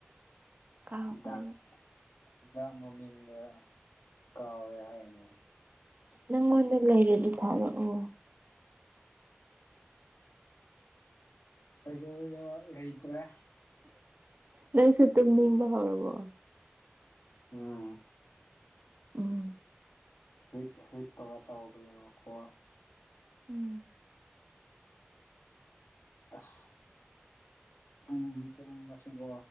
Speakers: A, on the right; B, on the left.
A: ꯀꯥꯎꯈ꯭ꯔꯦꯕ
B: ꯗꯥꯛ ꯍꯤꯗꯥꯛ ꯃꯃꯤꯡꯒ ꯀꯥꯎꯋꯦ ꯍꯥꯏꯅꯦ
A: ꯅꯪꯉꯣꯟꯗ ꯂꯩꯔꯗꯤ ꯊꯥꯔꯛꯑꯣ꯫
B: ꯑꯩꯉꫭꯟꯗꯥ ꯂꯩꯩꯇ꯭ꯔꯦ꯫
A: ꯅꯪꯁꯨ ꯇꯨꯝꯅꯤꯡꯕꯍꯧꯔꯕꯔꫭ
B: ꯎꯝ
A: ꯎꯝ
B: ꯍꯩꯞ ꯍꯩꯞꯄꯒ ꯇꯧꯕꯅꯦꯕꯀꯣ꯫
A: ꯎꯝ
B: ꯑꯁ ꯇꯨꯝ ꯇꯨꯝ ꯑꯁꯤꯀꯣ